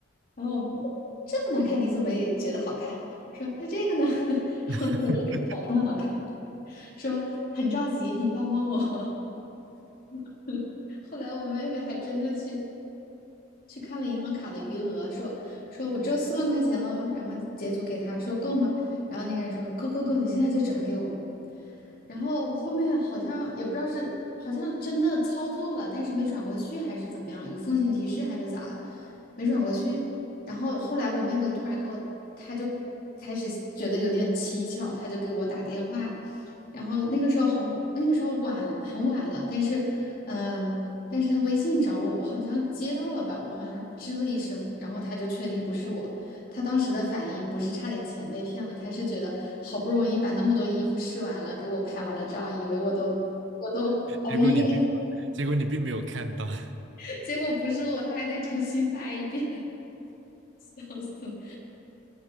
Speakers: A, on the left (about 45°); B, on the right (about 65°).
A: 然后我妹说这么难看，你怎么也觉得好看？说那这个呢？<laughs> 然后那个人说好看，
B: <laughs>
A: 好看，说很着急，你帮帮我。<laughs> 后来我妹妹还真的去。去看了银行卡的余额，说说我只有四万块钱喽，然后截图给他说够吗？然后那个人说够够够，你现在就转给我。然后后面好像也不知道是好像真的操作了，但是没转过去还是怎么样，有风险提示还是咋了，没转过去。然后后来我妹妹突然给我，她就开始觉得有点蹊跷，她就给我打电话。然后那个时候很那个时候晚很晚了，但是嗯、但是她微信找我，我好像接到了吧，我好像吱了一声，然后她就确定不是我。他当时的反应不是差点钱被骗了，他是觉得好不容易把那么多衣服试完了，给我拍完了照，以为我都我都同意了，
B: 结果你并，结果你并没有看到，
A: <laughs> 结果不是我，他还得重新拍一遍，<laughs> 笑死了。